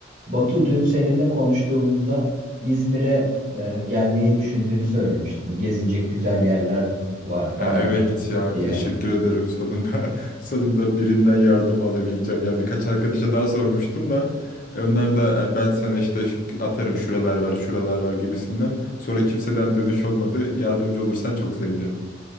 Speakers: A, on the right; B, on the left.
A: Batu dün seninle konuştuğumuzda İzmir'e e, gelmeyi düşündüğünü söylemiştin. Gezilecek güzel yerler var falan
B: Ya evet ya
A: diye.
B: teşekkür ederim sonunda <laughs> sonunda birinden yardım alabileceğim ya birkaç arkadaşa daha sormuştum da e, onlar da e, ben sana işte ş- atarım şuralar var şuralar var gibisinden sonra kimseden dönüş olmadı yardımcı olursan çok sevinirim.